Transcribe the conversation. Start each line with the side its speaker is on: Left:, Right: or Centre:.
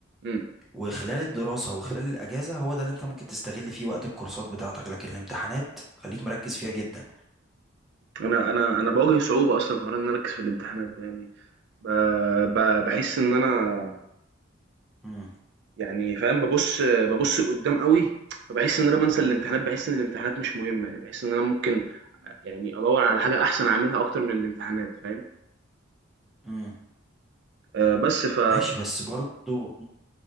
Right: إمم.
Centre: وخلال الدراسه وخلال الاجازه هو ده اللي انت ممكن تستغل فيه وقت الكورسات بتاعتك لكن الامتحانات خليك مركز فيها جدا
Right: أنا أنا أنا باواجه صعوبة أصلًا في حوار إن أنا أركّز في الامتحانات ده يعني ب ب باحس إن أنا
Centre: مم.
Right: يعني فاهم ببص ببص لقدام قوي فبحس ان انا بنسى الامتحانات بحس ان الامتحانات مش مهمه يعني بحس ان انا ممكن يعني ادور على حاجه احسن اعملها اكتر من الامتحانات فاهم
Centre: مم.
Right: آه بس ف
Centre: ماشي بس برضو